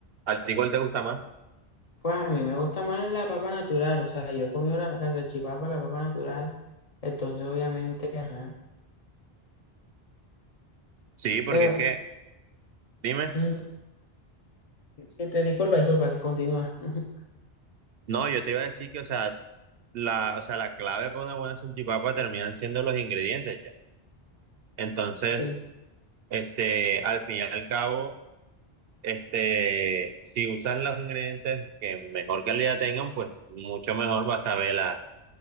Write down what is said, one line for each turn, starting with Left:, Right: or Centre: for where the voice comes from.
Right: ¿A ti cuál te gusta más?
Left: pues a mí me gusta más la papa natural, o sea, yo he comido la, la salchipapa, la papa natural, entonces obviamente, ajá.
Right: Sí, porque
Left: Pero,
Right: es que, dime,
Left: mm, sí, te- disculpa, disculpa, continúa. <laughs>
Right: no, yo te iba a decir que, o sea, la, o sea, la clave para una buena salchipapa terminan siendo los ingredientes ya. Entonces,
Left: Sí.
Right: este, al fin y al cabo. Este, si usan los ingredientes que mejor calidad tengan, pues mucho mejor vas a ver la,